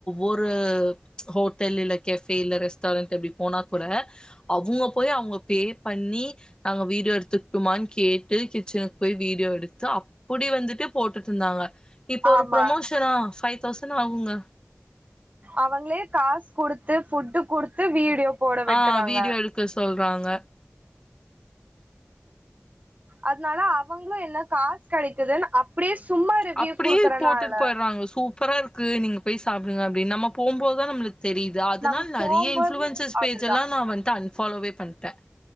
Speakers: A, on the left; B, on the right.
A: ஒரு ஹோட்டல்ல கேபே இல்ல ரெஸ்டாரண்ட் அப்டிப் போனா கூட அவங்க போய் அவங்க பே பண்ணி நாங்க வீடியோ எடுத்துட்டுனு கேட்டு கிச்சனுக்கு போய் வீடியோ எடுத்து அப்படி போட்டுட்டு இருந்தாங்க இப்ப ஒரு
B: ஆமா
A: பரொமோஷனா பைவ் தோசன அவுங்க
B: அவங்களே காசு கொடுத்து ஃபுட்டு கொடுத்து வீடியோ போட வைக்கிறாங்க
A: ஆஹ் வீடியோ எடுக்க சொல்றாங்க
B: அதனால அவங்களு என்ன காசு கெடைக்குதுன்னு அப்படியே சும்மா ரிவ்யூ
A: அப்படியே
B: குடுக்கறனால
A: போட்டுட்டு போய்டுறாங்க சூப்பரா இருக்கு நீங்க பேசு சாப்புடுங்க அப்படினு நம்ம போபோதுதான் நம்ளுக் தெரியுது அதனால்
B: நம்ம
A: நிறைய
B: போம்போது
A: இன்ஃப்ளுவன்சஸ்
B: அதுதா
A: பேஜ்ஜெல்லாம் நான் வந்து அன்ஃபாலோவே பண்ட்டேன்